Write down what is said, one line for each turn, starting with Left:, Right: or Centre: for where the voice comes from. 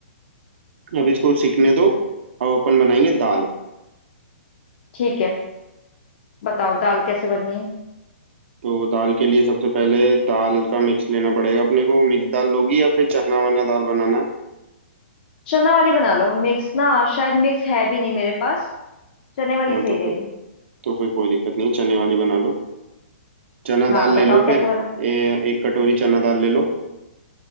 Right: अब इसको सीखने दो अब अपन बनाएंगे दाल
Left: ठीक है बताओ दाल कैसे बननी है
Right: तो दाल के लिए सबसे पहले दाल का मिक्स लेना पड़ेगा अपने को मिक्स दाल लोगी या फिर चना वना दाल बनाना है
Left: चना वाली बना लो मिक्स ना शायद मिक्स है भी नहीं मेरे पास चने वाली
Right: हाँ
Left: सही
Right: तो
Left: रहेगी
Right: फिर तो फिर कोई दिक्कत नहीं है चने वाली बना लो चना
Left: हाँ
Right: दाल
Left: बताओ
Right: ले लो फिर
Left: कैसे बना
Right: ए, एक कटोरी चना दाल ले लो